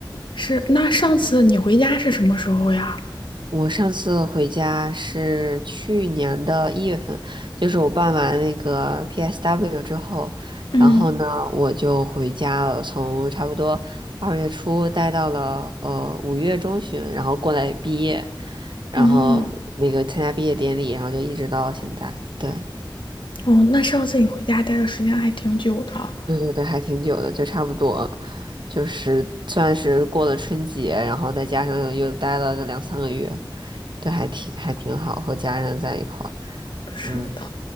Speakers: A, on the left; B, on the right.
A: 是，那上次你回家是什么时候呀？
B: 我上次回家是去年的一月份，就是我办完那个 PSW 之后，
A: 嗯
B: 然后呢，我就回家了，从差不多二月初待到了呃五月中旬，然后过来毕业，然后那个参加毕业典礼，
A: 嗯，
B: 然后就一直到现在。对，
A: 哦，那上次你回家待的时间还挺久的。
B: 对对对，还挺久的，就差不多，就是算是过了春节，然后再加上又又待了个两三个月，对，还挺还挺好，和家人在一块儿，
A: 是的，
B: 嗯。